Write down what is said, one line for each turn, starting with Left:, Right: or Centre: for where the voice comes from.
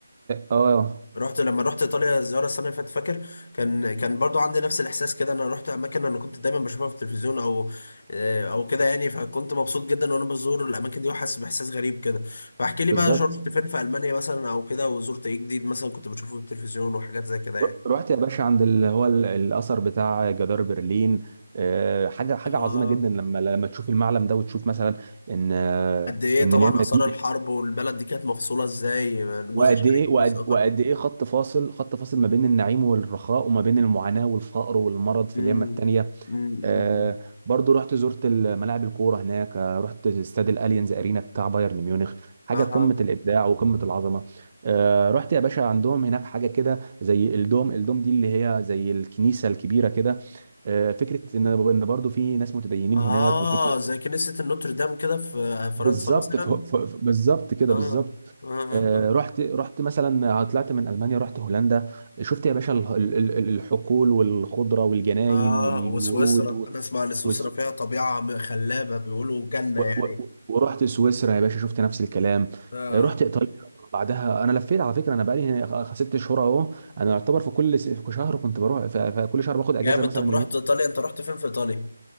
Right: اه
Left: رحت لما رحت ايطاليا زياره السنه اللي فاتت فاكر كان كان برضو عندي نفس الاحساس كده انا رحت اماكن انا كنت دايما بشوفها في التلفزيون او آه، او كده يعني فكنت مبسوط جدا وانا بزور الاماكن دي وحاسس باحساس غريب كده فاحكي لي
Right: بالظبط
Left: بقى رحت فين في المانيا مثلا او كده وزرت ايه جديد مثلا كنت بشوفه في التلفزيون وحاجات زي كده يعني
Right: ر- رحت يا باشا عند اللي هو ال- الاثر بتاع جدار برلين آه، حاجة حاجة
Left: اه
Right: عظيمة جدا لما لما تشوف المعلم ده وتشوف مثلا ان آه،
Left: قد ايه
Right: ان
Left: طبعا
Right: اليمة
Left: اثار
Right: دي
Left: الحرب والبلد دي كانت مفصوله ازاي جزء
Right: وقد
Left: شرقي
Right: ايه وقد,
Left: وجزء غربي
Right: وقد ايه خط فاصل خط فاصل ما بين النعيم والرخاء وما بين المعاناة والفقر والمرض في
Left: امم
Right: اليمة التانية
Left: امم
Right: آه برضو رحت زرت ملاعب الكورة هناك آه رحت استاد الاليانز ارينا بتاع بايرن ميونخ حاجة
Left: اها
Right: قمة الابداع وقمة العظمة آه رحت يا باشا عندهم هناك حاجة كده زي الدوم الدوم دي اللي هي زي الكنيسة الكبيرة كده آه فكرة ان إن برضو في ناس متدينين
Left: آه
Right: هناك وفكرة
Left: زي كنيسة النوتردام كده في
Right: بالظبط
Left: فرنسا مثلا
Right: ف- ف- ف- بالظبط كده
Left: آه
Right: بالظبط
Left: آه آه
Right: آه،
Left: آه
Right: رحت رحت مثلا آه، طلعت من المانيا رحت هولندا شفت يا باشا ال- ال- ال- الحقول والخضره والجناين
Left: آه،
Right: والورود
Left: وسويسرا
Right: و-
Left: أنا أسمع إن سويسرا
Right: وس...
Left: فيها طبيعة م- خلابة بيقولوا جنة
Right: و...
Left: يعني
Right: و... ورحت سويسرا يا باشا شفت نفس الكلام
Left: آه
Right: آه، رحت ايطاليا بعدها انا لفيت على فكره انا بقالي هنا خ- ست شهور اهو انا يعتبر في كل س- في شهر كنت بروح في في كل شهر باخد اجازه
Left: جامد
Right: مثلا
Left: طب رحت إيطاليا أنت رحت فين في إيطاليا؟